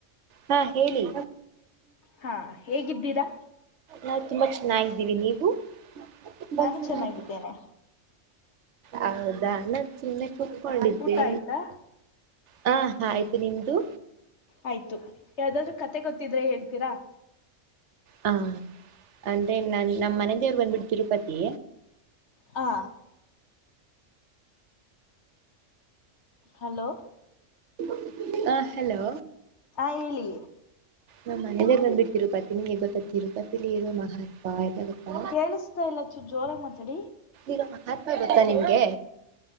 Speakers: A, on the right; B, on the left.
A: ಹಾ ಹೇಳಿ.
B: ಹಾ ಹೇಗಿದ್ದೀರಾ
A: ನಾವು ತುಂಬಾ ಚೆನ್ನಾಗಿದ್ದೀವಿ ನೀವು <unintelligible>
B: ನಾನು ಚೆನ್ನಾಗಿದ್ದೇನೆ
A: ಹೌದಾ ನಾ ಚುಮ್ನೆ ಕೂತ್ಕೊಂಡ್ ಇದ್ದೆ.
B: ಊಟ ಆಯ್ತಾ
A: ಹಾ ಆಯ್ತು ನಿಮ್ದು.
B: ಆಯ್ತು ಯಾವ್ದಾದರು ಕತೆ ಗೊತ್ತಿದ್ರೆ ಹೇಳ್ತೀರಾ?
A: ಹಾ ಅಂದ್ರೆ ನನ್ ನಮ್ಮ್ ಮನೆದೇವರು ಬಂದ್ಬಿಟ್ಟ ತಿರುಪತಿ.
B: ಹಾ ಹಲೋ
A: <inaudible> ಹಾ ಹೆಲೋ
B: ಹಾ ಹೇಳಿ
A: ನಮ್ಮ್ ಮನೆದೇವರ ಬಂದ್ಬಿಟ್ಟ ತಿರುಪತಿ ನಿಂಗೆ ಗೊತ್ತಾ ತಿರುಪತಿಲಿ ಇರೋ ಮಹತ್ವ ಇದೆ ಗೊತ್ತಾ?
B: ಕೇಳಿಸ್ತಾ ಇಲ್ಲ ಚೂ ಜೋರಾಗ ಮಾತಾಡಿ
A: ಈಗ ಮಹಾತ್ಮ ಗೊತ್ತಾ ನಿಮ್ಗೆ